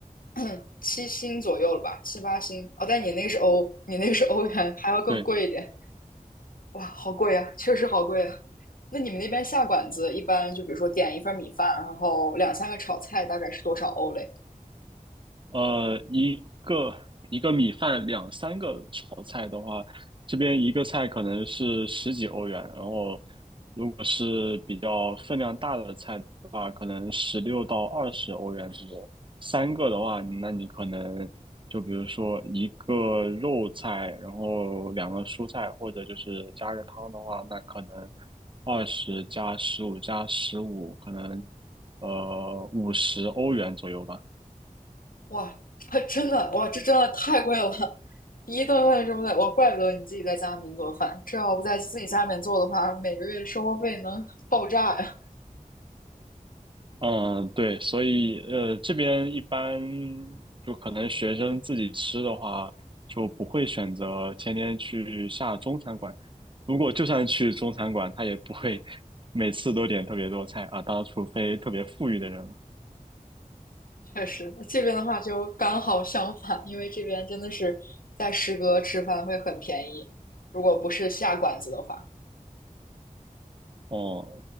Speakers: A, on the left; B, on the right.
A: <clears throat> 七星左右了吧，七八星。哦，但你那个是欧，你那个是欧元，还要更贵一点。
B: 对。
A: 哇，好贵啊，确实好贵啊。那你们那边下馆子一般就比如说点一份米饭，然后两三个炒菜，大概是多少欧嘞？
B: 呃，一个一个米饭两三个炒菜的话，这边一个菜可能是十几欧元，然后如果是比较分量大的菜的话，可能十六到二十欧元左右。三个的话，那你可能就比如说一个肉菜，然后两个蔬菜，或者就是加个汤的话，那可能二十加十五加十五，十五可能呃五十欧元左右吧。
A: 哇，它真的哇，这真的太贵了，一顿饭这么贵，哇，怪不得你自己在家里面做饭，这要不在自己家里面做的话，每个月的生活费能爆炸呀。
B: 嗯，对，所以呃，这边一般就可能学生自己吃的话，就不会选择天天去下中餐馆。如果就算去中餐馆，他也不会每次都点特别多菜啊，当然除非特别富裕的人了。
A: 确实，这边的话就刚好相反，因为这边真的是在食阁吃饭会很便宜，如果不是下馆子的话，
B: 哦，